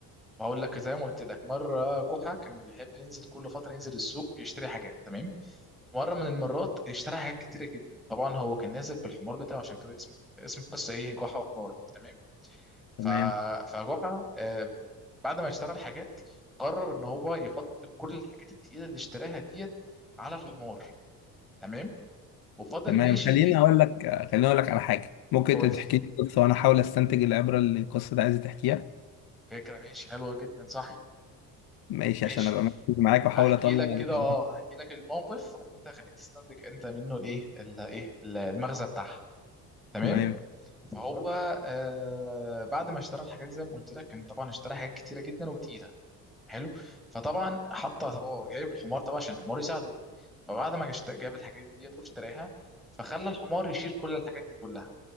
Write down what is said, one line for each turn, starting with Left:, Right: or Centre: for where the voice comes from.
Centre: وهقول لك زي ما قلت لك مره كحه كان بيحب ينزل كل فتره ينزل السوق يشتري حاجات تمام مره من المرات اشترى حاجات كتيره جدا طبعا هو كان نازل بالحمار بتاعه عشان كده اسم اسم القصه ايه جحا وحمار تمام ف
Left: تمام
Centre: فجحا آه بعد ما اشترى الحاجات قرر ان هو يحط كل الحاجات التقيله اللي اشتراها ديت على الحمار تمام وفضل
Left: تمام
Centre: ماشي
Left: خليني
Centre: بيه
Left: أقول لك خليني أقول لك على حاجة ممكن
Centre: قول
Left: أنت
Centre: لي
Left: تحكي لي قصة وأنا أحاول أستنتج العبرة اللي القصة دي عايزة تحكيها
Centre: فكره ماشي حلوه جدا صح
Left: ماشي
Centre: ماشي
Left: عشان أبقى مركز معاك وأحاول
Centre: هحكي
Left: أطلع
Centre: لك كده
Left: الحاجات
Centre: اه هحكي لك الموقف وانت خليك تستنتج انت منه الايه الايه المغزى بتاعها تمام
Left: تمام
Centre: فهو آه بعد ما اشترى الحاجات زي ما قلت لك كان طبعا اشترى حاجات كتيره جدا وتقيله حلو فطبعا حط طب هو جايب الحمار طبعا عشان الحمار يساعده فبعد ما جشت- جاب الحاجات ديت واشتراها فخلى الحمار يشيل كل الحاجات دي كلها